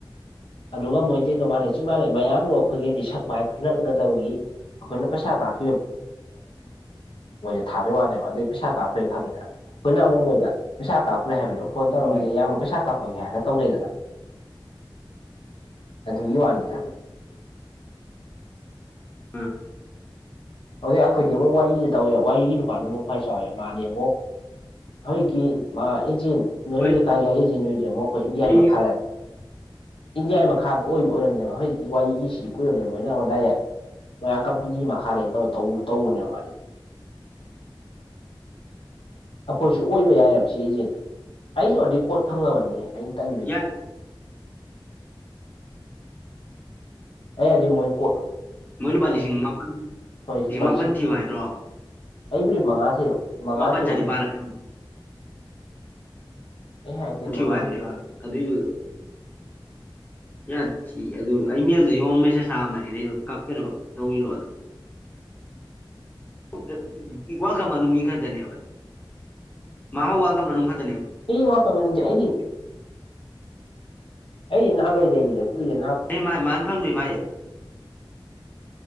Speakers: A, on the left; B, on the left.
A: ꯑꯗꯨꯒ ꯃꯣꯏꯇꯩꯗꯧ ꯃꯥꯟꯅꯩ ꯆꯞ ꯃꯥꯟꯅꯩ ꯃꯌꯥꯝꯗꯣ ꯑꯩꯈꯣꯏꯒꯗꯤ ꯁꯛ ꯃꯥꯏ ꯈꯔꯥ ꯎꯅꯗꯕꯒꯤ ꯑꯩꯈꯣꯏꯅ ꯄꯩꯁꯥ ꯀꯥꯞ <unintelligible> ꯊꯥꯕꯩ ꯋꯥꯅꯦꯕ ꯑꯗꯩ ꯄꯩꯁꯥ ꯀꯥꯞꯈ꯭ꯔꯦ ꯈꯪꯉꯦꯗꯅ ꯑꯩꯈꯣꯏꯅ ꯑꯃꯨꯛ ꯃꯣꯏꯗ ꯄꯩꯁꯥ ꯀꯥꯞ ꯃꯣꯢ ꯍꯥꯏꯕꯗꯣ ꯐꯣꯟ ꯇꯧꯔꯒ
B: ꯎꯝ
A: ꯑꯩ ꯌꯥꯝꯕ ꯄꯩꯁꯥ ꯀꯞꯄꯒꯦ ꯍꯥꯏꯔ ꯇꯧꯅꯩꯗꯅ ꯑꯗꯨꯒꯤ ꯋꯥꯅꯤꯗ
B: ꯑꯨꯝ
A: ꯑꯗꯣ ꯑꯩꯈꯣꯏꯗꯤ ꯑꯃꯨꯛ ꯋꯥꯔꯤꯁꯨ ꯇꯧꯋꯦ ꯋꯥꯔꯤꯒꯤ ꯅꯨꯄꯥꯗꯨꯅ
B: ꯎꯝ
A: ꯑꯃꯨꯛ ꯈ꯭ꯋꯥꯏ ꯆꯥꯎꯋꯦ ꯃꯥꯗꯤ ꯑꯃꯨꯛ ꯍꯧꯖꯤꯛꯀꯤ ꯃꯥ ꯑꯦꯖꯦꯟ ꯅꯣꯏ
B: ꯍꯣꯏ
A: ꯂꯩꯀꯥꯏꯒꯤ ꯑꯦꯖꯦꯟ ꯑꯣꯏꯗꯦ ꯑꯃꯨꯛ ꯑꯩꯈꯣꯏ ꯏꯟꯗꯤꯌꯥꯒꯤ
B: ꯑꯩꯗꯤ
A: ꯃꯈꯥꯗ ꯏꯟꯗꯤꯌꯥꯒꯤ ꯃꯈꯥꯃꯨꯛ ꯑꯣꯏꯕ ꯑꯣꯏꯔꯝꯂꯦꯕ ꯍꯧꯖꯤꯛꯀꯤ ꯋꯥꯔꯤꯒꯤ ꯁꯤꯗꯤ ꯀꯨꯏꯔꯕꯅꯦ ꯃꯣꯏꯅ ꯑꯃꯨꯛ ꯗꯥꯏꯔꯦꯛ ꯃꯣꯏ ꯑꯥ ꯀꯝꯄꯦꯅꯤ ꯃꯈꯥꯗꯩ ꯇꯧꯔ ꯇꯧ ꯇꯧꯕꯅꯦꯕ ꯃꯥꯗꯤ ꯑꯩꯈꯣꯏꯁꯨ ꯑꯣꯏꯕ ꯌꯥꯏꯑꯦꯕ ꯁꯤ ꯑꯦꯖꯦꯟꯁꯤ ꯑꯩꯁꯨ ꯔꯦꯀꯣꯠ ꯐꯪꯉꯕꯅꯤꯍꯦ ꯑꯩꯩ ꯇꯟꯕꯩꯅꯤ
B: ꯌꯥꯏ
A: ꯑꯩ ꯍꯥꯢꯗꯤ ꯃꯣꯏ ꯀꯣꯠ
B: ꯃꯣꯏ ꯂꯨꯄꯥ ꯂꯤꯁꯤꯡ ꯃꯥꯄꯜ
A: ꯍꯣꯏ ꯂꯨꯄꯥ
B: ꯂꯤꯁꯤꯡ ꯃꯥꯄꯟ ꯊꯤꯌꯨ ꯍꯥꯏꯗ꯭ꯔꯣ
A: ꯑꯩꯕꯨꯗꯤ ꯃꯉꯥ ꯊꯤꯔꯣ ꯃꯉꯥ
B: ꯃꯥꯄꯟ
A: ꯊꯤꯌꯣ
B: ꯆꯅꯤꯄꯥꯜꯂ
A: ꯍꯥꯏꯔꯛꯑꯦ
B: ꯀꯌꯥꯅꯣ
A: ꯑꯩ ꯍꯥꯏꯔꯛꯇꯦ ꯃꯉꯥ
B: ꯊꯤꯌꯣ ꯍꯥꯢꯕꯅꯦꯕ
A: ꯊꯤꯌꯨ ꯍꯥꯏꯔꯛꯑꯦ
B: ꯑꯗꯨꯢꯗꯣ ꯌꯥ ꯊꯤ ꯑꯗꯨ ꯑꯩ <unintelligible> ꯃꯦꯁꯦꯁ ꯂꯥꯛꯑꯃꯕꯅꯤꯅꯦ ꯑꯩꯗꯣ ꯀꯞꯄꯤꯔꯣ ꯇꯧꯕꯤꯔꯣꯅ <unintelligible> ꯃꯅꯨꯡ ꯃꯤ ꯈꯔꯗꯅꯦꯕ <unintelligible>
A: ꯑꯩ ꯋꯥ ꯇꯝꯃꯅꯤꯡꯗꯦ ꯑꯩꯗꯤ ꯑꯩ ꯅꯍꯥꯋꯥꯏꯗꯩꯅꯤꯗ ꯀꯨꯏꯔꯦ
B: ꯑꯦ ꯃꯥ ꯃꯥꯅ ꯐꯪꯗꯣꯏ ꯃꯥ
A: <unintelligible>